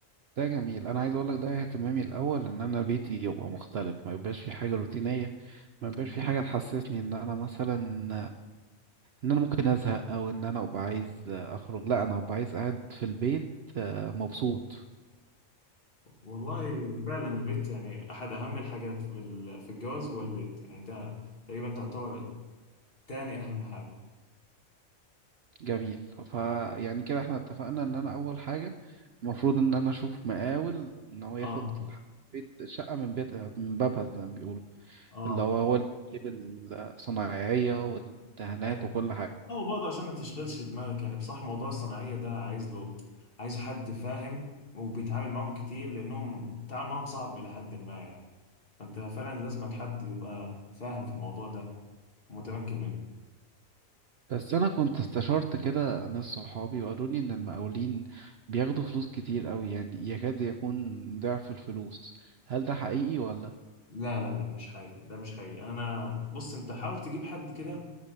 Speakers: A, on the right; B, on the left.
A: ده جميل انا عايز اقول لك ده اهتمامي الاول ان انا بيتي يبقى مختلف ما يبقاش في حاجه روتينيه ما
B: مم.
A: يبقاش في حاجه تحسسني ان انا مثلا ان انا ممكن ازهق او ان انا ابقى عايز اخرج لا انا هبقى عايز قاعد في البيت آه، مبسوط
B: والله فعلا البيت يعني احد اهم الحاجات في ال- في الجواز هو البيت يعني ده تقريبا تعتبر تاني اهم حاجة
A: جميل فيعني كده احنا اتفقنا ان انا اول حاجة المفروض ان انا اشوف مقاول ان هو ياخد
B: اه
A: الح- بيت شقة من بيت من بابها زي ما بيقولوا
B: اه
A: اللي هو هو اللي يجيب الصنايعية والدهانات
B: أيوة.
A: وكل حاجة
B: اه برضه عشان ما تشغلش دماغك يعني بصح موضوع الصناعية ده عايز له عايز حد فاهم وبيتعامل معاهم كتير لأنهم التعامل معاهم صعب إلى حد ما يعني فأنت فعلا لازمك حد يبقى فاهم في الموضوع ده ومتمكن منه
A: بس انا كنت استشرت كده ناس صحابي وقالوا لي ان المقاولين بياخدوا فلوس كتير قوي يعني يكاد يكون ضعف الفلوس هل ده حقيقي ولا
B: لا لا لا مش حقيقي ده مش حقيقي أنا بص أنت حاول تجيب حد كده